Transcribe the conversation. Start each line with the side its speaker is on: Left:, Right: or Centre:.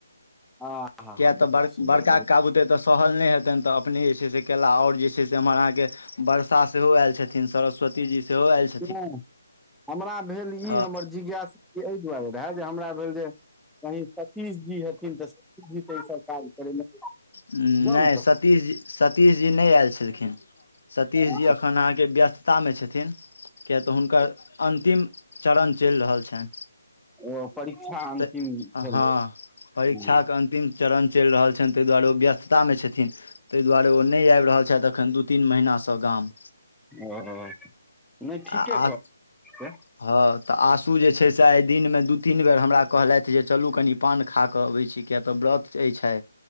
Centre: आ हा
Left: किया
Centre: हा
Left: तऽ
Centre: बहुत
Left: बड़
Centre: सुन्दर
Left: बड़का
Centre: बहुत
Left: बूते तऽ स सहल नहि हेतनि तऽ अपने जे छै से केला आओर जे छै से हमर अहाँके वर्षा सेहो आयल छथिन सरस्वती जी सेहो आएल
Centre: नइ हमरा भेल ई
Left: तऽ
Centre: हमर जिज्ञासा एहि दुआरे रहैत जे हमरा भेल जे कही सतीश जी हेथिन तऽ सतीश जी त ई सब काज करेमे
Left: नइ
Centre: जाउ ने तऽ
Left: सतीश जी सतीश जी नइ आयल छलखिन सतीश
Centre: अच्छा,
Left: जी अखन अहाँके व्यस्त तामे छथिन किय तऽ हुनकर अन्तिम चरण चलि रहल छनि
Centre: ओ परीक्षा अन्तिम
Left: तऽ
Centre: भेल
Left: हँ परीक्षा
Centre: हँ,
Left: के अन् तिम चरण चलि रहल छनि तइ दुआरे व्यस्ततामे छथिन तइ दुआरे ओ नइ आबि रहल छथि एखन दू तीन महिनासँ गाम
Centre: ओ नइ ठीके
Left: आ
Centre: करता से
Left: हँ तऽ आसू जे छै से आइ दिनमे दू तीन बेर हमरा कहलथि जे चलू कनि पान खा कऽ अबै छी किया तऽ व्रत अई छै